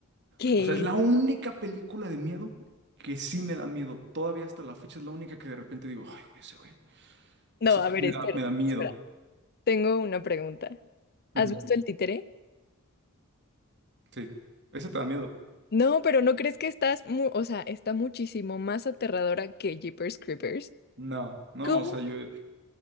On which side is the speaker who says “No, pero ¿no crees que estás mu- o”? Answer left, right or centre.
Left